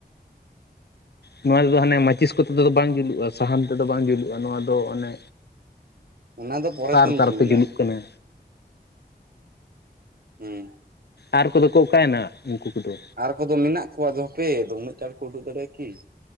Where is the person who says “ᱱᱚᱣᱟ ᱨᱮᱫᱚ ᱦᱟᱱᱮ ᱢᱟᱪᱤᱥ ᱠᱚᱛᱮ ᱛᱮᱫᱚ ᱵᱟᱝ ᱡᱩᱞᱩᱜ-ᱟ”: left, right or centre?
Left